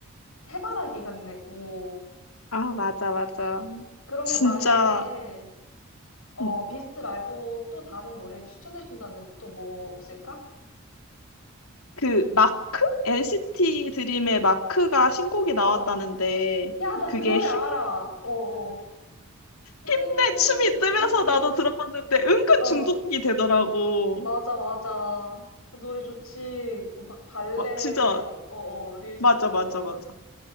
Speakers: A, on the left; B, on the left.
A: 해바라기 같네고.
B: 아, 맞아, 맞아.
A: 그러면
B: 진짜
A: 만약에, 어,
B: 음,
A: 비스트 말고 또 다른 노래 추천해준다면 또 뭐 없을까?
B: 그 마크? NCT 드림의 마크가 신곡이 나왔다는데
A: 어. 야, 나
B: 그게
A: 그 노래
B: 힘,
A: 알아. 어, 어. 나이니
B: 힘내
A: 나9
B: 춤이
A: 예,
B: 뜨면서
A: 나이니
B: 나도
A: 나9
B: 들어봤는데 은근
A: 어,
B: 중독이 되더라고.
A: 맞아, 맞아. 그 노래 좋지. 그 바, 발레,
B: 와, 진짜
A: 어, 어, 릴스
B: 맞아,
A: 찍고
B: 맞아,
A: 막.
B: 맞아.